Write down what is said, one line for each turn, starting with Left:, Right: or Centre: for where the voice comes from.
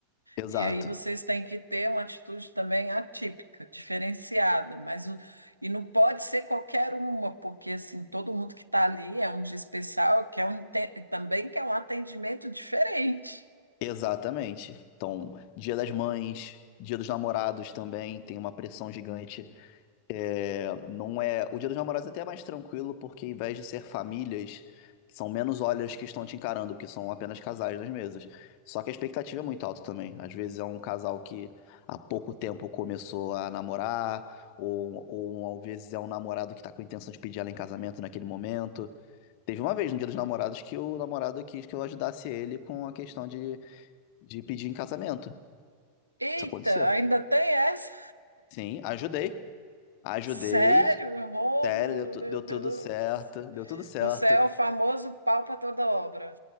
Left: Exato.
Right: e aí vocês têm que ter uma atitude também atípica, diferenciada, mas o- e não pode ser qualquer uma, porque assim, todo mundo que está ali é um dia especial, quer um, inte- também quer um atendimento diferente.
Left: Exatamente. Então, Dia das Mães, Dia dos Namorados também tem uma pressão gigante. É, não é, o Dia dos Namorados é até é mais tranquilo porque, ao invés de ser famílias, são menos olhas que estão te encarando, que são apenas casais nas mesas. Só que a expectativa é muito alta também. Às vezes é um casal que há pouco tempo começou a namorar, ou, ou às vezes é um namorado que está com a intenção de pedir ela em casamento naquele momento. Teve uma vez no Dia dos Namorados que o namorado quis que eu ajudasse ele com a questão de de pedir em casamento.
Right: Eita,
Left: Isso aconteceu.
Right: ainda tem essa?
Left: Sim, ajudei. Ajudei.
Right: Sério, Rômulo,
Left: Sério, deu, tu-
Right: meu
Left: deu
Right: Deus.
Left: tudo certo. Deu tudo certo.
Right: Você é o famoso pau para toda obra.